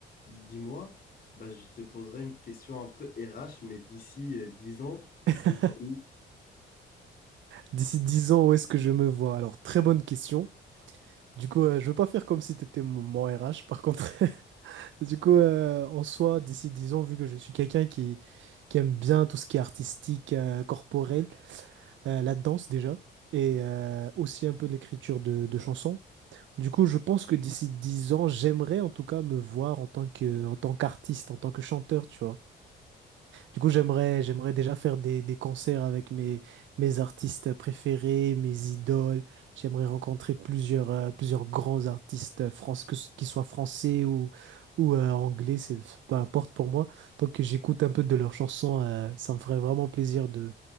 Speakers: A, on the left; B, on the right.
A: Dis-moi, bah, je te poserai une question un peu RH, mais d'ici euh, 10 ans, tu
B: <laughs>
A: te vois où?
B: D'ici dix ans, où est-ce que je me vois? Alors, très bonne question. Du coup, euh, je veux pas faire comme si t'étais mon, mon RH, par contre. <laughs> Du coup, euh, en soi, d'ici 10 ans, vu que je suis quelqu'un qui, qui aime bien tout ce qui est artistique, euh, corporel, euh, la danse déjà, et euh, aussi un peu l'écriture de, de chansons. Du coup, je pense que d'ici 10 ans, j'aimerais en tout cas me voir en tant que, en tant qu'artiste, en tant que chanteur, tu vois. Du coup, j'aimerais, j'aimerais déjà faire des, des concerts avec mes, mes artistes préférés, mes idoles. J'aimerais rencontrer plusieurs, euh, plusieurs grands artistes France, que, ce- qu'ils soient français ou, ou euh, anglais, c'est peu importe pour moi. Tant que j'écoute un peu de leurs chansons, euh, ça me ferait vraiment plaisir de,